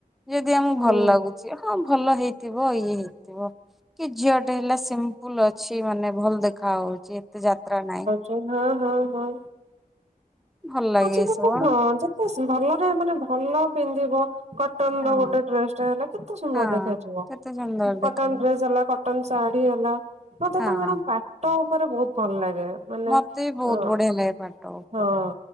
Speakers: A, in the centre; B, on the right.
A: ଯଦି ଆମେ ଭଲ
B: ହୁଁ
A: ଲାଗୁଚି ହଁ ଭଲ ହେଇଥିବ ଇଏ ହେଇଥିବ କି ଝିଅ ଟେ ହେଲା ସିମ୍ପଲ ଅଛି ମାନେ ଭଲ ଦେଖା ହୋଉଚି ଏତେ ଯାତ୍ରା ନାହିଁ।
B: ଚେ ହଁ ହଁ ହଁ।
A: ଭଲ ଲାଗେ
B: ଆଜିିପା
A: ଏସବୁ
B: କୋ ହଁ ଯେତେ ଭଲରେ ମାନେ ଭଲ ପିନ୍ଧିବ କଟନ
A: ହଁ
B: ର ଗୋଟେ ଡ୍ରେସ ଟା ହେଲା କେତେ ସୁନ୍ଦର
A: ହଁ
B: ଦେଖାଯିବ
A: କେତେ ସୁନ୍ଦର ଦେଖାଯାଏ
B: କଟନ ଡ୍ରେସ ହେଲା କ କଟନ ଶାଢୀ ହେଲା ମତେ
A: ହଁ
B: ତ ମ୍ୟାଡମ୍ ବାଟ ଉପରେ ବହୁତ ଭଲ ଲାଗେ। ମାନେ
A: ମତେ ବି ବହୁତ
B: ଅ
A: ବଢିଆ ଲାଗେ ପାଟ ଉପରେ
B: ହଁ।